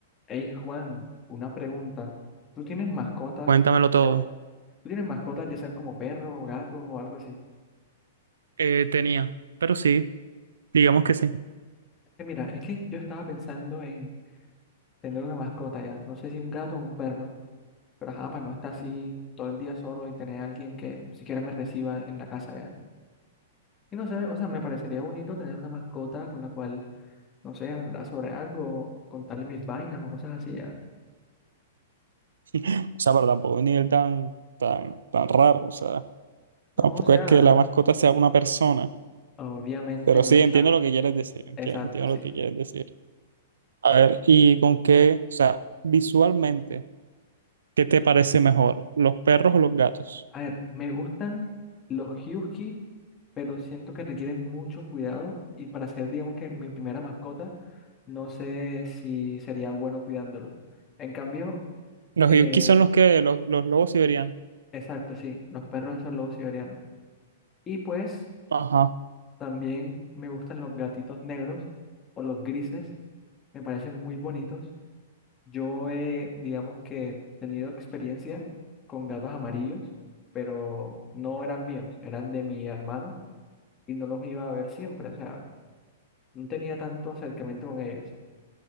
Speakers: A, on the left; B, on the right.
A: Hey Juan, una pregunta. ¿Tú tienes mascotas?
B: Cuéntamelo todo.
A: Ya. ¿Tú tienes mascotas, ya sean como perros, o gatos o algo así?
B: Eh, tenía, pero sí, digamos que sí.
A: Eh, mira, es que yo estaba pensando en tener una mascota ya. No sé si un gato o un perro, pero ajá, para no estar así todo el día solo y tener a alguien que siquiera me reciba en la casa ya. Y no sé, o sea, me parecería bonito tener una mascota con la cual, no sé, hablar sobre algo, contarle mis vainas o cosas así ya.
B: O sea, pero tampoco es un nivel tan, tan, tan raro. O sea,
A: No,
B: tampoco
A: o sea,
B: es que la mascota sea una persona.
A: obviamente
B: Pero
A: no
B: sí,
A: es...
B: entiendo lo que quieres decir. entie-
A: Exacto,
B: Entiendo
A: sí.
B: lo que quieres decir. A ver, ¿y con qué? O sea, visualmente, ¿qué te parece mejor? ¿Los perros o los gatos?
A: A ver, me gustan los husky pero siento que requiere mucho cuidado y para ser, digamos que mi primera mascota, no sé si sería bueno cuidándolo. En cambio,
B: Los
A: eh,
B: yuki son los que, los, los lobos siberianos.
A: exacto, sí, los perros esos lobos siberianos. Y pues
B: Ajá.
A: también me gustan los gatitos negros o los grises, me parecen muy bonitos. Yo he, digamos que, tenido experiencia con gatos amarillos, pero no eran míos, eran de mi hermano y no los iba a ver siempre, o sea, no tenía tanto acercamiento con ellos.